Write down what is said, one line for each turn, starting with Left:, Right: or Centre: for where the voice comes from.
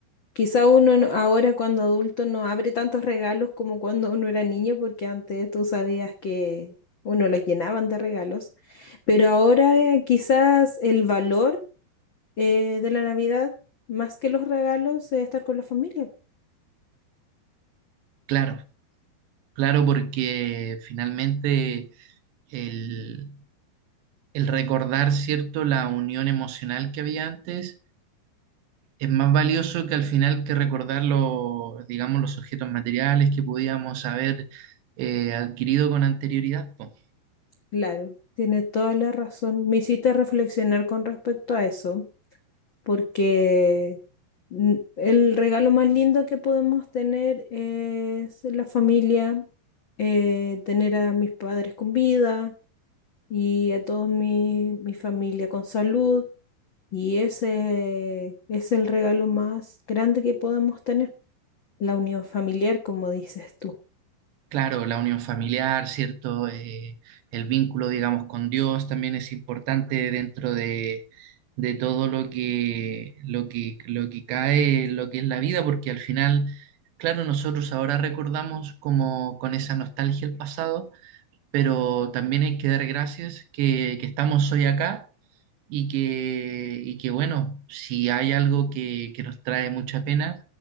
Left: Quizá uno no- ahora cuando adulto no abre tantos regalos como cuando uno era niño, porque antes tú sabías que uno los llenaban de regalos. Pero ahora eh, quizás el valor eh, de la Navidad, más que los regalos, es estar con la familia.
Right: Claro, claro, porque finalmente el, el recordar, ¿cierto?, la unión emocional que había antes es más valioso que al final que recordar los, digamos, los objetos materiales que podíamos haber eh, adquirido con anterioridad, po.
Left: Claro, tienes toda la razón. Me hiciste reflexionar con respecto a eso, porque n- el regalo más lindo que podemos tener es la familia, eh, tener a mis padres con vida y a toda mi, mi familia con salud. Y ese es el regalo más grande que podemos tener, la unión familiar, como dices tú.
Right: Claro, la unión familiar, ¿cierto? Eh, el vínculo, digamos, con Dios también es importante dentro de, de todo lo que, lo que, lo que cae, lo que es la vida, porque al final, claro, nosotros ahora recordamos como con esa nostalgia el pasado, pero también hay que dar gracias que, que estamos hoy acá y que, y que bueno, si hay algo que, que nos trae mucha pena,